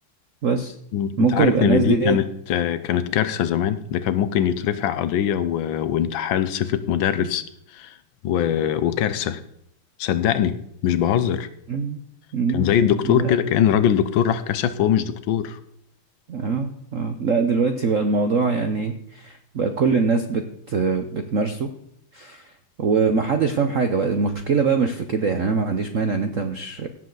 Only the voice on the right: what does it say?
بس
ممكن
يبقى الناس
ديت
<laughs>
مم. مم.
لا
اه اه لا دلوقتي بقى الموضوع يعني بقى كل الناس بت بتمارسه ومحدش فاهم حاجة بقى المشكلة بقى مش في كده يعني انا ما عنديش مانع ان انت مش